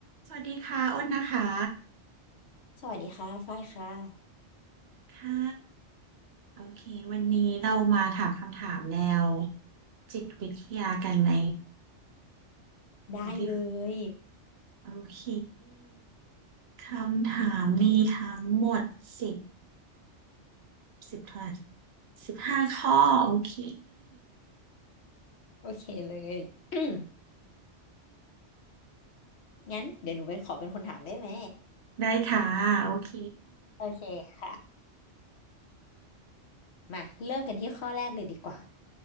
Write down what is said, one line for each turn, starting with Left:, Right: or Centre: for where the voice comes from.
Right: สวัสดีค่ะอ้นนะคะ
Left: สวัสดีค่ะฝ้ายค่ะ
Right: ค่ะโอเควันนี้เรามาถามคำถามแนวจิตวิทยากันไหม
Left: ได้เลย
Right: อันที่โอเคคำถามมีทั้งหมดสิบสิบเท่าไหร่สิบห้าข้อ โอเค
Left: โอเคเลย <clears throat> อืมงั้นเดี๋ยวหนูเป็นขอเป็นคนถามได้ไหม
Right: ได้ค่ะ โอเค
Left: โอเคค่ะ มาเริ่มกันที่ข้อแรกเลยดีกว่า